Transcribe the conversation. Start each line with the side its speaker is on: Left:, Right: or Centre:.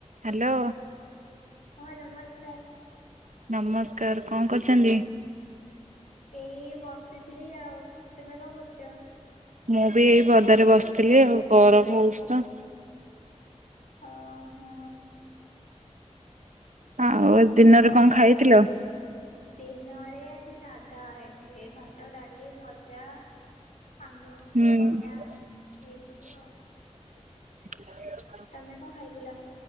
Right: Hello.
Left: ହଁ ଆଜ୍ଞା ନମସ୍କାର।
Right: ନମସ୍କାର କଣ କରୁଛନ୍ତି‌?
Left: ଏଇ ବସିଥିଲି ଆଉ ତୁମେ କଣ କରୁଛ?
Right: ମୁଁ ବି ଏଇ ପଦାରେ ବସିଥିଲି ଆଉ ଗରମ ହଉଛି ତ।
Left: ଓହୋ।
Right: ଆଉ
Left: ହଁ
Right: ଦିନରେ
Left: ପଦାରେ
Right: କଣ ଖାଇଥିଲ?
Left: ବ ଦିନରେ ଆଜି ସାଧା ହେଇଥିଲେ ଭାତ ଡାଲି ଭଜା ଆମ୍ବ
Right: ହୁଁ।
Left: ଖଟା ଏଇ ସବୁ ଆଉ ତମେ କଣ ଖାଇଥିଲ?